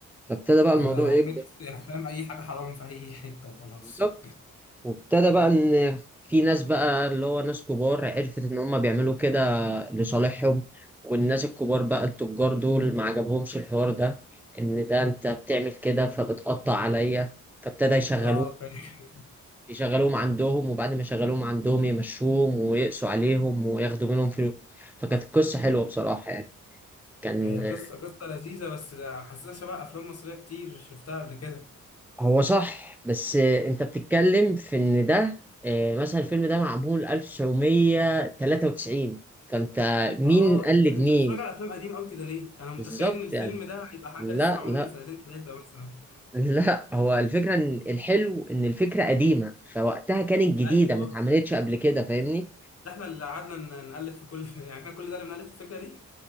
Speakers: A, in the centre; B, on the left.
A: فابتدى بقى
B: ده
A: الموضوع
B: ده هو
A: يكبر
B: ميكس يعني فاهم اي حاجة حرام في اي حتة وخلاص
A: بالظبط وابتدى بقى ان في ناس بقى اللي هو ناس كبار عرفت ان هم بيعملوا كده لصالحهم والناس الكبار بقى التجار دول ما عجبهمش الحوار ده ان ده انت بتعمل كده فبتقطع عليا فابتدى يشغلوهم
B: اه فاهم
A: يشغلوهم عندهم وبعد ما يشغلوهم عندهم يمشوهم ويقسوا عليهم وياخدوا منهم فلوس فكانت القصة حلوة بصراحة يعني كان
B: هي قصة قصة لذيذة بس ده حاسسها شبه أفلام مصرية كتير شفتها قبل كده.
A: هو صح بس آه، انت بتتكلم في ان ده آه، مثلا الفيلم ده معمول 1993 فانت مين
B: آه
A: قلد
B: أنت أنت
A: مين
B: بتتفرج على أفلام قديمة أوي كده ليه؟ أنا متخيل
A: بالظبط
B: إن الفيلم
A: يعني
B: ده هيبقى حاجة
A: لا
B: لسه معمولة
A: لا
B: من سنتين تلاتة مثلا.
A: <laughs> لا هو الفكرة ان الحلو ان الفكرة قديمة فوقتها كانت جديدة
B: أيوه
A: ما اتعملتش قبل كده فاهمني
B: ده إحنا اللي قعدنا ن- نقلد في كل <laughs> يعني إحنا كل ده اللي بنقلد في الفكرة دي.